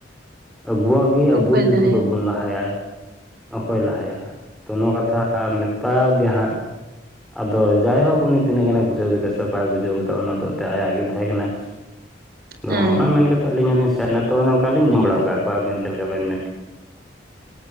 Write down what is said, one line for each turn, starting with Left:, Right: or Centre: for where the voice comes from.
Centre: ᱟᱵᱚᱣᱟᱜ ᱜᱮ ᱟᱵᱚ
Right: ᱚᱠᱚᱭ
Centre: ᱡᱩᱫᱤ
Right: ᱞᱟᱦᱟᱭᱟᱭ
Centre: ᱵᱟᱵᱚᱱ ᱞᱟᱦᱟᱭᱟ ᱚᱠᱚᱭ ᱞᱟᱦᱟᱭᱟ ᱛᱚ ᱱᱚᱣᱟ ᱠᱟᱛᱷᱟ ᱢᱮᱛᱟᱣ ᱫᱮᱭᱟ ᱦᱟᱸᱜ, ᱟᱫᱚ ᱡᱟᱭᱦᱳᱠ ᱩᱱᱤ ᱛᱤᱱᱟᱹᱜ ᱜᱟᱱᱮ ᱵᱩᱡᱷᱟᱹᱣ ᱠᱮᱫᱟ ᱥᱮ ᱵᱟᱭ ᱵᱩᱡᱷᱟᱹᱣ ᱠᱮᱫᱟ ᱚᱱᱟ ᱫᱚ ᱮᱱᱛᱮ ᱟᱭᱟᱜ ᱜᱮ ᱛᱟᱦᱮᱸ ᱠᱟᱱᱟ᱾ ᱟᱫᱚᱜ
Right: ᱦᱮᱸ
Centre: ᱚᱱᱟ ᱢᱮᱱ ᱠᱟᱛᱮᱫ ᱟᱹᱞᱤᱧ ᱦᱚᱸᱞᱤᱧ ᱥᱮᱱ ᱮᱱᱟ ᱛᱚ ᱚᱱᱮ ᱱᱚᱱᱠᱟᱞᱤᱧ ᱢᱮᱱ ᱵᱟᱲᱟ ᱟᱠᱟᱫ ᱠᱚᱣᱟ ᱟᱵᱮᱱ ᱪᱮᱫ ᱞᱮᱠᱟ ᱵᱮᱱ ᱢᱮᱱ ᱠᱮᱜ